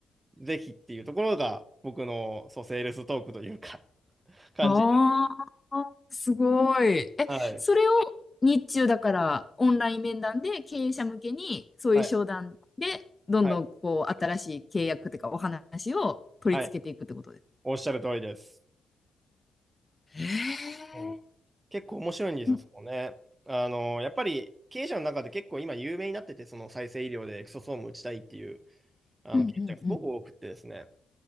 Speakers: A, on the right (about 30°); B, on the left (about 20°).
A: ぜひっていうところが、僕の、そう、セールストークというか、感じ。
B: ああ、すごい。え、
A: はい。
B: それを日中だからオンライン面談で経営者向けにそういう商談でどんどんこう新しい契約というかお話を取り付けていくってことです。
A: はい。はい。はい。おっしゃる通りです。
B: へえ。
A: そう結構面白いんですよ、
B: うん
A: そのね。あの、やっぱり経営者の中で結構今有名になってて、その再生医療でエクソソーム打ちたいっていうあの経営者がすごく多くってですね、
B: うんうんうん